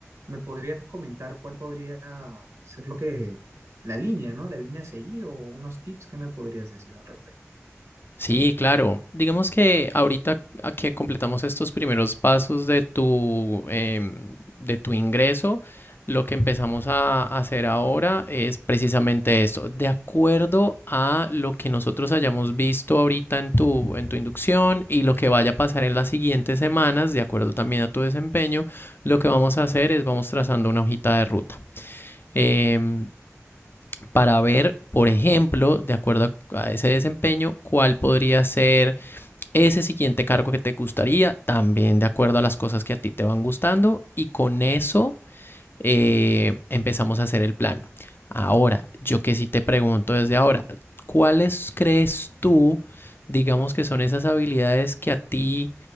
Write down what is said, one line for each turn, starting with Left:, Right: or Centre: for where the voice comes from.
Right: ¿me podrías comentar cuál podría ser lo que, la línea, ¿no? La línea a seguir o unos tips que me podrías decir al respecto?
Left: Sí, claro. Digamos que ahorita a que completamos estos primeros pasos de tu, em, de tu ingreso, lo que empezamos a hacer ahora es precisamente esto. De acuerdo a lo que nosotros hayamos visto ahorita en tu, en tu inducción y lo que vaya a pasar en las siguientes semanas, de acuerdo también a tu desempeño, lo que vamos a hacer es vamos trazando una hojita de ruta. em, para ver, por ejemplo, de acuerdo a a ese desempeño, cuál podría ser ese siguiente cargo que te gustaría, también de acuerdo a las cosas que a ti te van gustando y con eso eh, empezamos a hacer el plan. Ahora, yo que sí te pregunto desde ahora, ¿cuáles crees tú, digamos que son esas habilidades que a ti